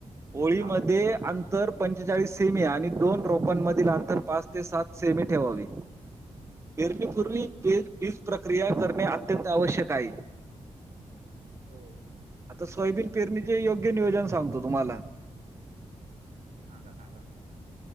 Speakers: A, on the right; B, on the right.
A: हा
B: ओळीमध्ये
A: हा
B: अंतर पंचेचाळीस सेमी आणि दोन रोपांनमधील आंतर पाच ते सात सेमी ठेवावे. फेरणीपूर्वी <unintelligible> वीज प्रक्रिया करणे अत्यंत आवश्यक आये.
A: हो
B: आता सोयाबीन पेरणीचे योग्य नियोजन सांगतो तुम्हाला
A: सांगा सांगा